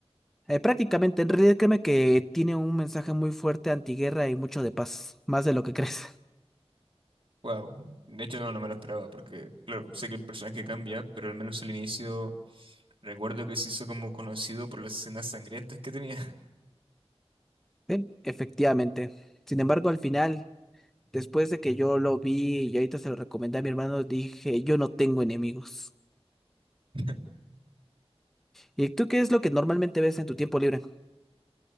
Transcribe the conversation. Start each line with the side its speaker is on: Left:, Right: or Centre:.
Centre: Eh, prácticamente, en realidad créeme que tiene un mensaje muy fuerte antiguerra y mucho de paz, más de lo que <laughs> crees.
Right: Wow, de hecho no, no me lo esperaba, porque claro, sé que el personaje cambia, pero al menos al inicio recuerdo que se hizo como conocido por las escenas sangrientas que tenía.
Centre: Bien, efectivamente. Sin embargo, al final, después de que yo lo vi y ahorita se lo recomendé a mi hermano, dije, yo no tengo enemigos.
Right: <laughs>
Centre: ¿Y tú qué es lo que normalmente ves en tu tiempo libre?